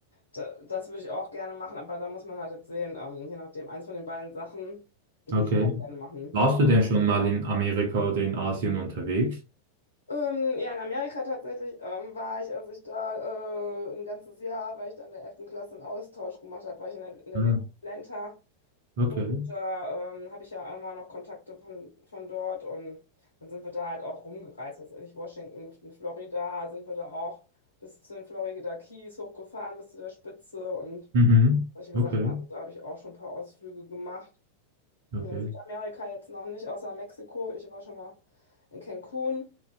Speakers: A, on the left; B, on the right.
A: da, das würde ich auch gerne machen. Aber da muss man halt jetzt sehen, ähm, je nachdem, eins von den beiden Sachen würde
B: okay.
A: ich halt gerne machen,
B: Warst
A: ja.
B: du denn schon mal in Amerika oder in Asien unterwegs?
A: Ähm, ja, in Amerika tatsächlich ähm, war ich, als ich da äh, ein ganzes Jahr, weil ich da in der elften Klasse einen Austausch gemacht habe, war ich in der, in der
B: Ah,
A: Nähe von Atlanta.
B: okay.
A: Und da ähm, habe ich ja immer noch Kontakte von, von dort und dann sind wir da halt auch rumgereist. Das ist nicht Washington, in Florida sind wir da auch bis zu den Florida Keys hochgefahren, bis zu der Spitze und
B: Mhm.
A: solche
B: Okay,
A: Sachen. Also da habe ich auch schon ein paar Ausflüge gemacht. Hm,
B: okay,
A: In Südamerika jetzt noch nicht, außer Mexiko. Ich war schon mal in Cancun.